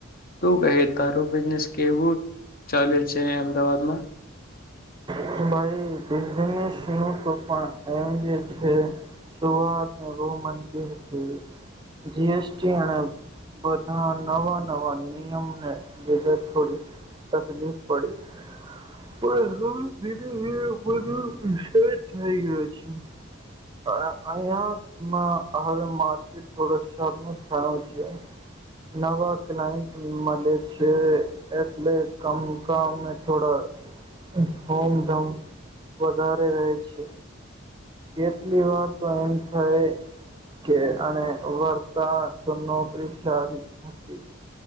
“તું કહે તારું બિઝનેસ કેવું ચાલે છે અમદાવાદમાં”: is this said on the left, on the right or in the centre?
Left